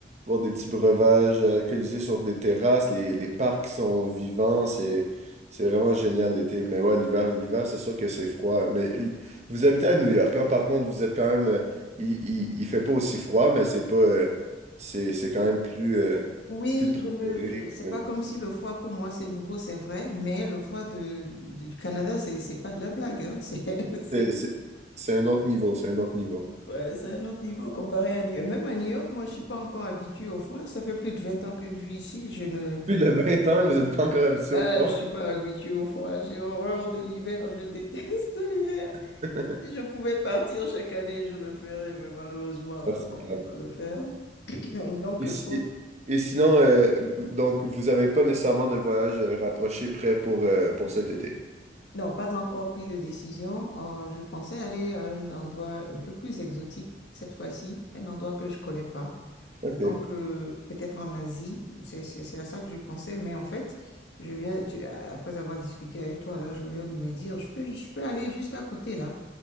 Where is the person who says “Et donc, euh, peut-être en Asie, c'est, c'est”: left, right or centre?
Left